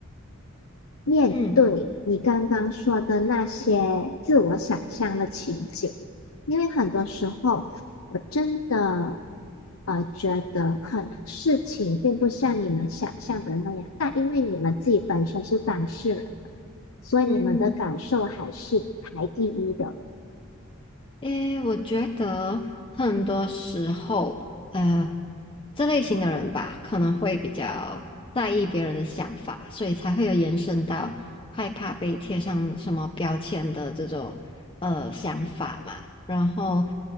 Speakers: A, on the left; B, on the left.
A: 面对你刚刚说的那些自我想象的情景，
B: 嗯
A: 因为很多时候我真的呃觉得很能事情并不像你们想象的那样，但因为你们自己本身是当事人，所以你们的感受还是排第一的，
B: 嗯。诶，我觉得很多时候，呃，这类型的人吧，可能会比较在意别人的想法，所以才会有延伸到害怕被贴上什么标签的这种呃想法嘛。然后